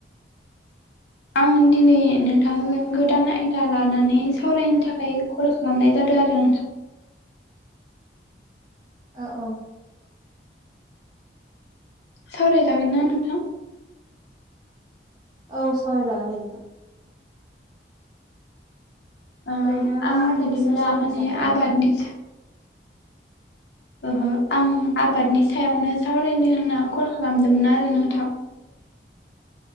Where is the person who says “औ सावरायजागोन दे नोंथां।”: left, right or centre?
Right